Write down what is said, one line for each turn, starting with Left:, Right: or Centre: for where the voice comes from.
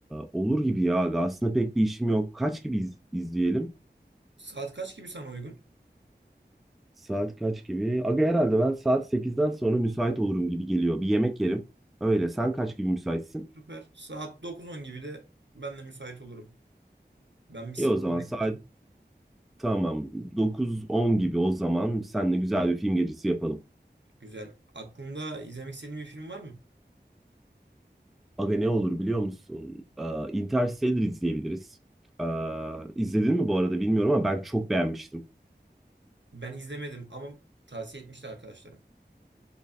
Centre: olur gibi ya aga. Aslında pek bir işim yok. Kaç gibi iz- izleyelim?
Right: Saat kaç gibi sana uygun?
Centre: Saat kaç gibi? Aga herhalde ben saat sekizden sonra müsait olurum gibi geliyor. Bir yemek yerim. Öyle sen kaç gibi müsaitsin?
Right: Süper. Saat dokuz on gibi de ben de müsait olurum. Ben bir
Centre: İyi
Right: spora
Centre: o zaman saat
Right: gideceğim.
Centre: tamam Dokuz on gibi o zaman seninle güzel bir film gecesi yapalım.
Right: Güzel. Aklında izlemek istediğin bir film var mı?
Centre: Aga ne olur biliyor musun? Ee, Interstellar izleyebiliriz. Ee, izledin mi bu arada bilmiyorum ama ben çok beğenmiştim.
Right: Ben izlemedim ama tavsiye etmişti arkadaşlarım.